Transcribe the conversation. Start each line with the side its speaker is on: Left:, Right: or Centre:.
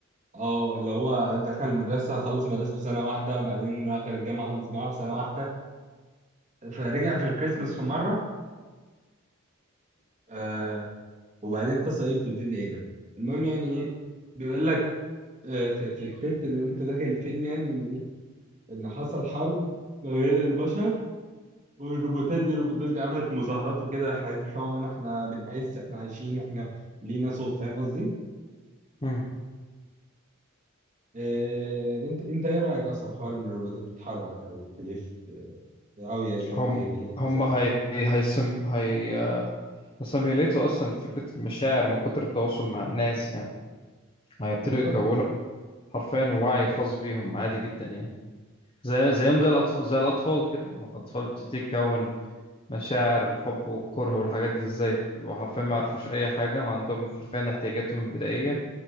Right: اه اللي هو دخل المدرسة خلص المدرسة في سنة واحدة بعدين دخل الجامعة خلص الجامعة في سنة واحدة فرجع في الكريسماس في مرة آه وبعدين القصة ايه بتبتدي هنا المهم يعني ايه بيقول لك آه في, في التتر وانت داخل الفيلم يعني ان ايه ان حصل حرب ما بين البشر والروبوتات دي الروبوتات دي عملت مظاهرات وكده احنا عايزين حقوقنا احنا بنعز احنا عايشين احنا لينا صوت فاهم قصدي؟
Left: مم.
Right: آه انت انت ايه رأيك اصلا في حوار ان الروبوتات تتحرك او تلف أوي يا سي-
Left: هم
Right: أوي هيبقى ليها إحساس
Left: هم هي هيسم هي هيسيميوليتوا اصلا فكره المشاعر من كتر التواصل مع الناس يعني هيبتدوا
Right: بالظبط
Left: يكونوا حرفيا وعي خاص بيهم عادي جدا يعني زي زيهم زي الاطفال زي الاطفال كده ما الاطفال بتبتدي تكون مشاعر الحب والكره والحاجات دي ازاي بيبقوا حرفيا ما يعرفوش اي حاجه ما عندهم حرفيا احتياجاتهم البدائيه